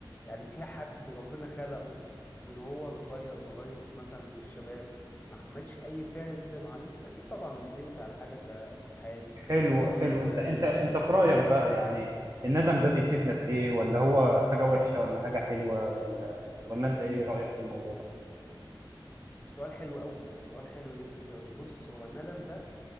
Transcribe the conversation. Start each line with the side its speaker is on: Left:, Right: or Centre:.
Left: يعني في حد ربنا خلقه من هو صغير لغايه مثلا الشباب ما عملش اي فعل ندم عليه اكيد طبعا ندمت على حاجه في في حياتي
Right: حلو حلو
Left: وسؤال
Right: انت انت انت في رايك بقى يعني الندم ده بيفيدنا في ايه ولا هو حاجه وحشه ولا حاجه حلوه ولا ولا انت ايه رايك في الموضوع ده
Left: سؤال حلو قوي سؤال حلو اللي انت بتساله ده. بص هو الندم ده